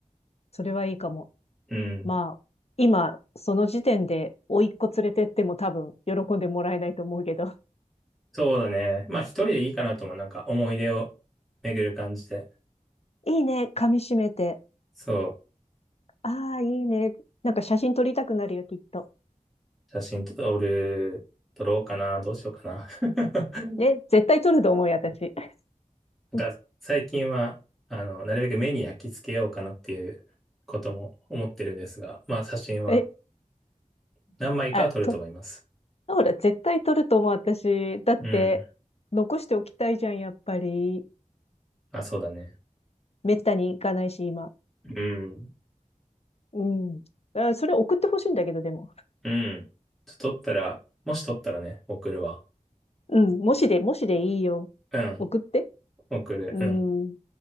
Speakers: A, on the left; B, in the centre.
A: それはいいかも。
B: うん。
A: まあ、今、その時点で、甥っ子連れてっても多分、喜んでもらえないと思うけど。
B: そうだね。まあ、一人でいいかなとも、なんか思い出を巡る感じで。
A: いいね。噛み締めて。
B: そう、
A: ああ、いいね。なんか写真撮りたくなるよ、きっと。
B: 写真撮る、撮ろうかな、どうしようかな。<laughs>
A: ね、絶対撮ると思うよ、私。
B: なんか、
A: <laughs>
B: 最近は、あの、なるべく目に焼き付けようかなっていうことも思ってるんですが、まあ、写真は
A: え、
B: 何枚かは撮ると思います。
A: あ、と、ほら、絶対取ると思う、私。だって、
B: うん。
A: 残しておきたいじゃん、やっぱり。
B: あ、そうだね。
A: めったに行かないし、今。
B: うん。
A: うん。あ、それ送ってほしいんだけど、でも。
B: うん。ちょっと取ったら、もし取ったらね、送るわ。
A: うん。もしで、もしでいいよ。
B: うん。
A: 送って。
B: 送る。
A: うん。
B: うん。